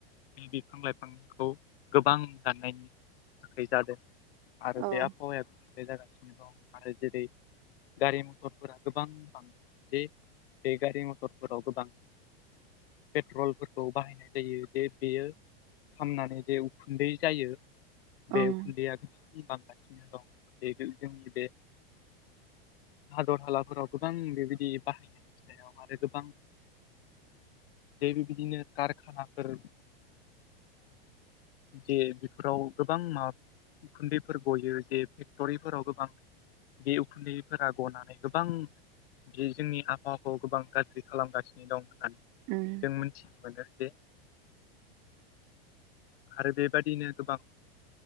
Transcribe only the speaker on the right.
ओं
उम
उम।